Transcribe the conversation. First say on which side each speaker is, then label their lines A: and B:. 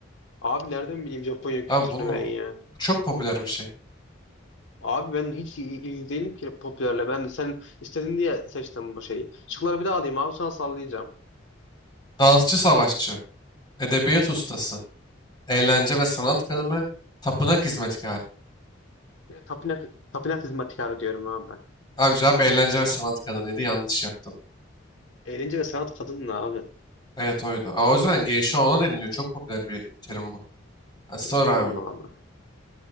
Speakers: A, on the left (about 75°); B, on the left (about 20°).
A: Abi nereden bileyim Japonya kültürünü
B: Lan bunu
A: ben ya?
B: çok popüler bir şey.
A: Abi ben hiç il- ilgili değilim ki popülerle. Ben de sen istedin diye seçtim bu şeyi. Şıkları bir daha alayım abi sonra sallayacağım.
B: Dansçı savaşçı. Edebiyat ustası. Eğlence ve sanat kadını. Tapınak hizmetkarı.
A: Ya, Tapınak, tapınak hizmetkarı diyorum abi ben.
B: Abi cevap eğlence ve sanat kadınıydı. Yanlış yaptın.
A: Eğlence ve sanat kadın ne abi?
B: Evet oydu. Aa, O yüzden geisha ona deniliyor. Çok popüler bir terim bu. Ha, sor
A: Tamam
B: abi.
A: mı abi?